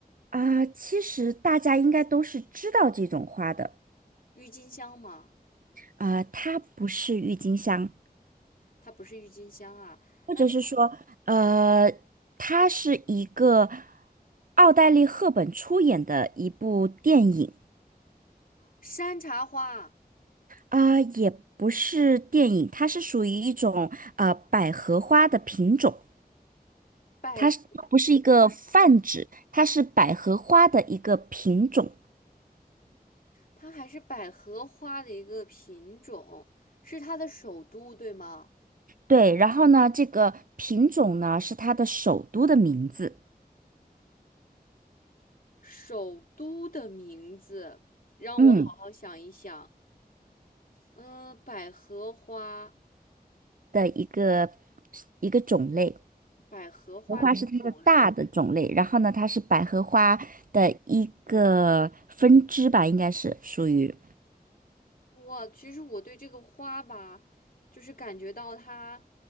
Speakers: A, on the right; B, on the left.
A: 啊、其实大家应该都是知道这种花的。
B: 郁金香吗？
A: 啊、它不是郁金香，
B: 它不是郁金香啊。
A: 或者是说，
B: 那这个
A: 呃，它是一个奥黛丽·赫本出演的一部电影
B: 山茶花、
A: 啊、也不是电影，它是属于一种呃百合花的品种，
B: 百合，
A: 它是它不是一个泛指，它是百合花的一个品种。
B: 它还是百合花的一个品种，是它的首都，对吗？
A: 对，然后呢，这个品种呢是它的首都的名字，
B: 首都的名字，让我好好想一想。
A: 嗯，
B: 嗯，百合花，
A: 的一个一个种类。
B: 百合花的一个种类。
A: 荷花是它的大的种类，然后呢，它是百合花的一个分支吧，应该是属于。
B: 我其实我对这个花吧，就是感觉到它